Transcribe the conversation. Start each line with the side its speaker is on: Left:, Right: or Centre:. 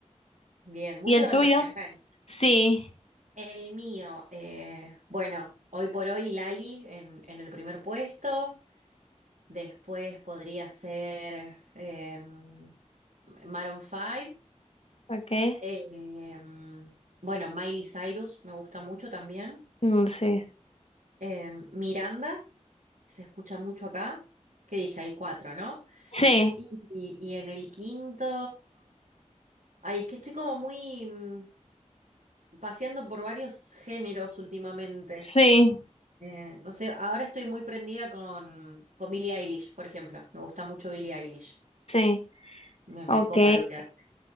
Right: Bien, mucho
Left: ¿Y el
Right: del
Left: tuyo?
Right: regional.
Left: Sí,
Right: El mío, eh, bueno, hoy por hoy Lali en, en el primer puesto, después podría ser em, Maroon Five.
Left: ok.
Right: em, bueno, Miley Cyrus me gusta mucho también.
Left: no sí.
Right: em, Miranda, que se escucha mucho acá, que dije, hay cuatro, ¿no?
Left: Sí,
Right: Y, y en el quinto... Ay, es que estoy como muy mm, paseando por varios géneros últimamente.
Left: sí,
Right: Eh, no sé, ahora estoy muy prendida con, con Billie Eilish, por ejemplo. Me gusta mucho Billie Eilish.
Left: sí.
Right: Me, me
Left: Ok.
Right: copa lo que hace.